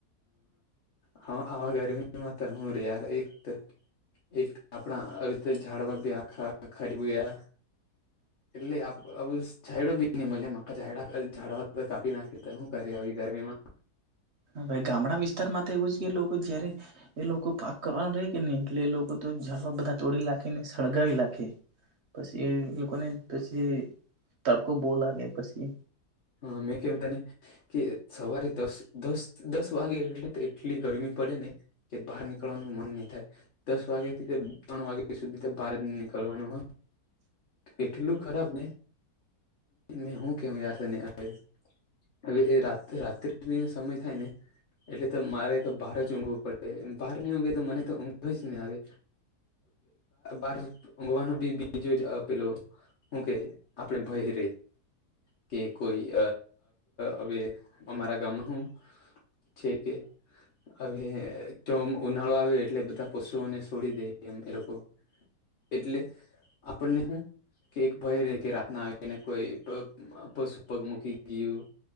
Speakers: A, on the left; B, on the right.
A: હા હ હ ગરમીમાં તો હું રે યાર એક તો એક આપણા અવતે ઝાડવા આખા ખરી ગયા એટલેું ઝડો બી નની મલે માઝડડા ઝાડાવા કાપી નાખે તો શું કરી આવી ગરમીમાં
B: હા ભાઈ ગામડા વિસ્તારમાં તો એવું જ કે લોકો જયારે એ લોકો પાક કરવાનું રે કે ને એટલે એ લોકો તો જડવા બધા તોડી લખેને સળગાવી લખે પછી લોકોને પછી તડકો બો લાગે પછી
A: હા મેં કેવ તને કે સવારે દસ દસ દસ વાગે એટલે કેટલી ગરમી પડે ને. કે બહાર નીકળવાનું મન નહી થાય દસ વાગ્યા થી ત્રણ વાગ્યા સુધી બાર નીકળવાનું એટલું ખરાબ ને મે હું કેવ તને યાર હવે રાત્રિનો સમય થાય ને એટલે તો મારે તો બહાર જ ઊંઘવું પડે બહાર હી ઊઘે તો મને તો ઊંઘ જ નહી આવે બહાર ઊંઘવાનો બી બીજો જ આપેલો હું કે આપણે ભય રહી કે કોઈ હવે અમારા ગામમાં શું છે કે હવે જો ઉનાળો આવે એટલે બધા પશુઓને છોડી દે એમ એ લોકો એટલે આપણને હું કે એક ભય ર કે રાતના આવીને કોઈ પોસું પગમકી ગયું